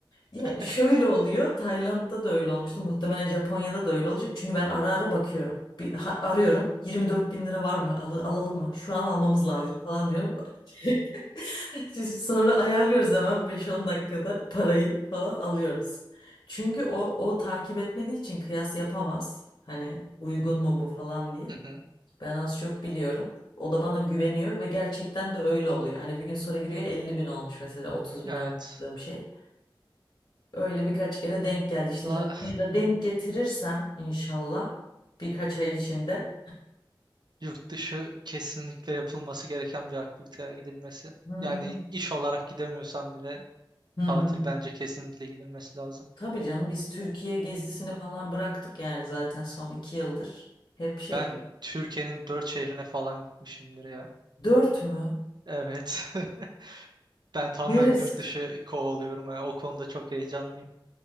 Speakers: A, on the left; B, on the right.
A: Ya şöyle
B: <laughs>
A: oluyor. Tayland'da da öyle olmuştu. Muhtemelen Japonya'da da öyle olacak. Çünkü ben ara ara bakıyorum. Bir ha- arıyorum. 24 bin lira var mı? Al- alalım mı? Şu an almamız lazım
B: Hı
A: falan diyorum. <laughs> Siz sonra ayarlıyoruz hemen beş on dakikada parayı falan alıyoruz. Çünkü o o takip etmediği için kıyas yapamaz. Hani uygun mu bu falan diye.
B: hı.
A: Ben az çok biliyorum. O da bana güveniyor ve gerçekten de öyle oluyor. Hani bir gün sonra giriyor 50 bin olmuş mesela otuz bine
B: Evet.
A: aldığım şey. Öyle birkaç kere denk geldi. İşte
B: La,
A: Japonya'da denk getirirsem inşallah birkaç ay içinde.
B: yurt dışı kesinlikle yapılması gereken bir aktiviteye gidilmesi.
A: Hmm.
B: Yani iş olarak gidemiyorsan bile
A: Hı hı.
B: tatil bence kesinlikle gidilmesi lazım.
A: Tabii canım biz Türkiye gezisini falan bıraktık yani zaten son iki yıldır. Hep şey.
B: Ben Türkiye'nin dört şehrine falan gitmişimdir ya.
A: Dört mü?
B: Evet. <laughs> Ben tamamen
A: Neresi?
B: yurt dışı kovalıyorum. ya. o konuda çok heyecanlıyım.